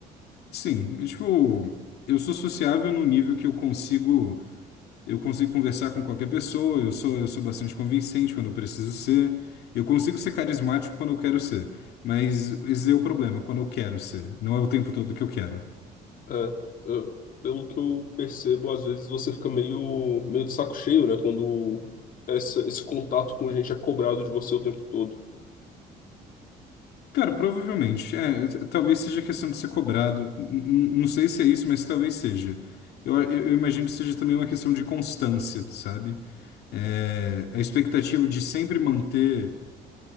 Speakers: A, on the left; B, on the left.
A: Sim, é tipo, eu sou sociável no nível que eu consigo. Eu consigo conversar com qualquer pessoa, eu sou, eu sou bastante convincente quando eu preciso ser. Eu consigo ser carismático quando eu quero ser. Mas esse é o problema, quando eu quero ser. Não é o tempo todo que eu quero.
B: É, eu- pelo que eu percebo, às vezes você fica meio, meio de saco cheio, né, quando essa, esse contato com gente é cobrado de você o tempo todo.
A: Cara, provavelmente. É, t- talvez seja questão de ser cobrado. N- n- Não sei se é isso, mas talvez seja. Eu, eu- eu imagino que seja também uma questão de constância, sabe? É, a expectativa de sempre manter.